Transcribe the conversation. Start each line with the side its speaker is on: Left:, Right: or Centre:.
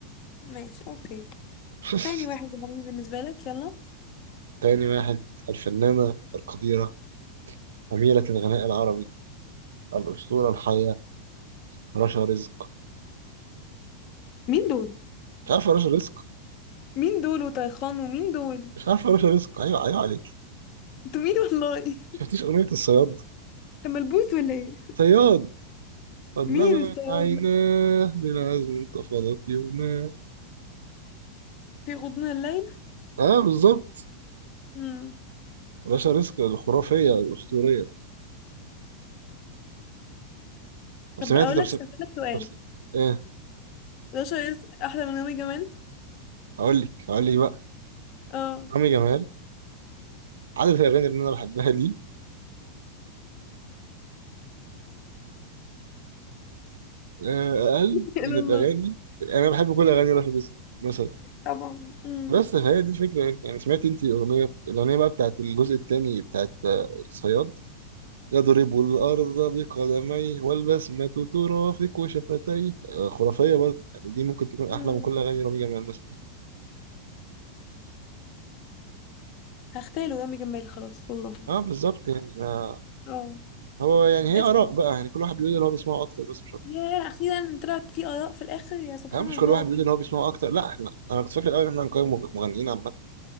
Left: ماشي اوكي
Right: <laughs>
Left: تاني واحد يا حبيبي بالنسبه لك يلا
Right: تاني واحد الفنانه القديره أميرة الغناء العربي الأسطورة الحية رشا رزق
Left: مين دول
Right: مش عارف رشا رزق
Left: مين دول وطيخان ومين دول
Right: مش عارف رشا رزق أيوة أيوة عليك
Left: انتوا مين والله <laughs>
Right: شفتيش أغنية الصياد؟
Left: ده ملبوس ولا ايه
Right: صياد أظلم
Left: مين الصياد
Right: عيناه بالعزم انتفضت يوماه
Left: في غضون الليل
Right: اه بالظبط
Left: امم
Right: رشا رزق الخرافية الأسطورية طب
Left: طب
Right: سمعتي
Left: اقول
Right: طب
Left: لك
Right: سمعتي
Left: اسالك سؤال
Right: طب سمعتي ايه
Left: 11 يز- احلى من يوم جمال
Right: هقول لك هقول لك بقى
Left: اه
Right: عمرو جمال عدد الأغاني اللي أنا بحبها ليه آه، أقل
Left: <laughs> الى
Right: من الأغاني
Left: الله
Right: يعني أنا بحب كل أغاني رشا رزق مثلا
Left: طبعا امم
Right: بس فهي دي الفكرة يعني سمعتي أنت أغنية الأغنية بقى بتاعت الجزء التاني بتاعت آه، الصياد يضرب الأرض بقدميه والبسمة ترافق وشفتيه آه، خرافية برضه يعني دي ممكن تكون
Left: امم
Right: أحلى من كل أغاني رامي جمال مثلا
Left: هختاله يوم جمال خلاص والله
Right: اه بالظبط يعني آه
Left: اه
Right: هو يعني هي
Left: اسكت
Right: آراء
Left: بقى
Right: بقى يعني كل واحد بيقول اللي هو بيسمعه أكتر بس مش أكتر
Left: يا اخيرا طلعت في اراء في الاخر يا سبحان
Right: يعني مش
Left: الله
Right: كل واحد بيقول اللي هو بيسمعه أكتر لا احنا أنا كنت فاكر الأول إن احنا هنقيم مغ- مغنيين عامة